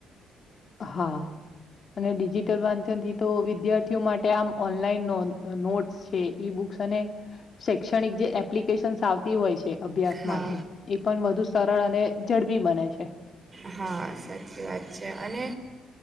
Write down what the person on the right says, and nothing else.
હા
હા સાચી વાત છે અને